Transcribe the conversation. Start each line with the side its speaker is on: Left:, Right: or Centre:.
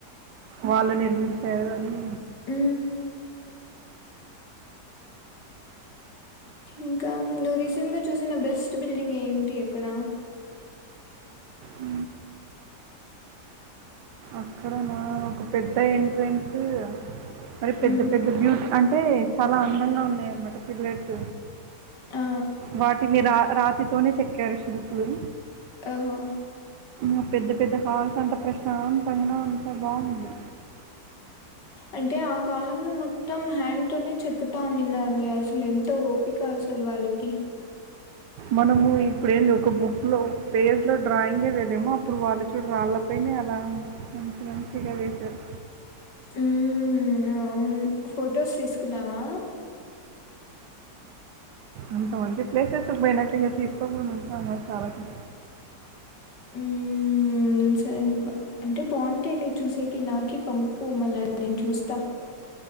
Right: వాళ్ళు నిర్మించారు అని
Left: అ ఇంకా నువ్వు రీసెంట్ గా చూసిన బెస్ట్ బిల్డింగ్ ఏంటి ఎక్కడ
Right: అ అక్కడ నా ఒక పెద్ద ఎంట్రెన్స్ మరి పెద్ద
Left: ఉమ్,
Right: పెద్ద బ్యూటీ అంటే అంటే చాలా అందంగా ఉన్నాయ అన్నమాట పిల్లట్
Left: ఆ,
Right: వాటి మీ రా రాతితోనే చెక్కారు శిల్పులు
Left: ఓహో
Right: ఆ పెద్ద పెద్ద ఆ సంత ప్రశాంత్ పైన అంతా బాగుంది
Left: అంటే ఆ కాలంలో మొత్తం హ్యాండ్ తనే చెకుతా నిన్నారులే అసలు ఎ ఓపి కౌసలు వాళ్ళకి
Right: మనము ఇప్పుడ ఏంది ఒక బుక్ లో ఒక పేజ్ లో డ్రాయింగ్ే వెళ్లేము అప్పుడు వాళ్ళు చూడు వాళ్ళపైనే అలా మంచి మంచిగా వసారు
Left: ఉ అవును ఫొటోస్ తీసుకున్నావా
Right: అంతా ఉంచింది పలేసెస్ మయనాక తీసుకో ఉంటా మ కావటి
Left: హ్మ్. అంటే బాగుంటాయి న చూసే నాకి పంపు మలా నేను చూస్తా